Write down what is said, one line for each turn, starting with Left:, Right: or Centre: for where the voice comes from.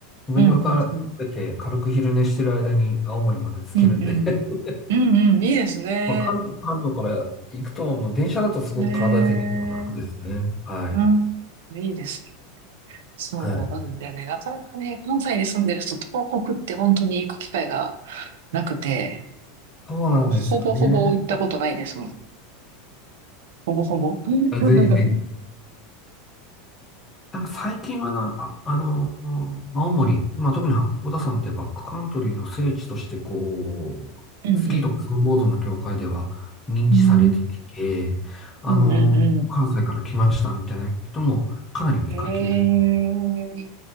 Left: お弁当食べて軽く昼寝してる間に青森まで着けるんで
Right: うんうんうん。うんうん。
Left: <laughs>
Right: うんうん。いいですね。
Left: まあ、関東、関東から行くと、もう電車だとすごく体的には楽ですね。
Right: へえ。
Left: はい。
Right: うん。いいです。そう。
Left: はい。
Right: なのでね、なかなかね、関西に住んでる人、東北って本当に行く機会がなくて、
Left: そうなんですよね。
Right: もうほぼほぼ行ったことないですもん。ほぼほぼ。<laughs>
Left: あ、ぜひぜひ。ただ最近はな、あ、あのー、青森、まあ、特に八甲田山ってバックカントリーの聖地として、こう、
Right: うんうん。
Left: スキーとかスノーボードの業界では認知されてきて、
Right: うん。
Left: あのー、
Right: うんうんう
Left: 関西から来ましたみたいな人もかなり見かけるように。
Right: ん。ええ、